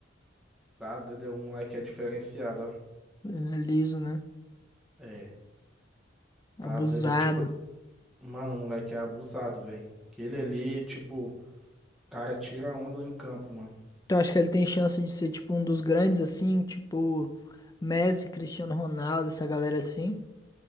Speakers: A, in the centre; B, on the left.
A: Tá doido, é um moleque é diferenciado,
B: Ele é liso, né?
A: ó. É,
B: Abusado.
A: tá doido, é tipo, mano, o moleque é abusado, velho. Aquele ali, tipo, cara tira onda em campo, mano.
B: Então acho que ele tem chance de ser tipo um dos grandes assim, tipo Messi, Cristiano Ronaldo, essa galera assim.